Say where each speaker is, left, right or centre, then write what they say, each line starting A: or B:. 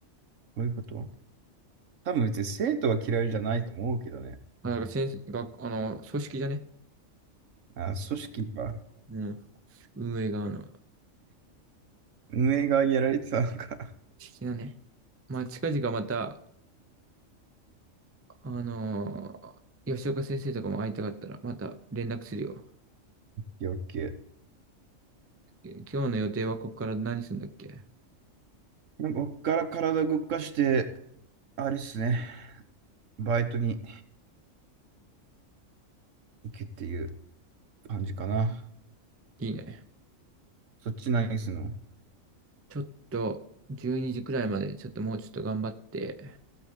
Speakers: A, on the right; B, on the right.
A: どういうこと多分別に生徒は嫌いじゃないと思うけどね。
B: あ、なんか先生、学、あの、組織じゃね
A: あ、組織か。
B: うん。運営側の。好
A: 運営がやられてたのか。
B: きなね。まあ、近々また、あのー、吉岡先生とかも会いたかったら、また連絡するよ。
A: <laughs> 余計。
B: え今日の予定はここから何するんだっけ
A: なんかこっから体動かして、あれっすね。バイトに行くっていう感じかな。
B: いいね。
A: そっち何すんの
B: ちょっと、12時くらいまで、ちょっともうちょっと頑張って、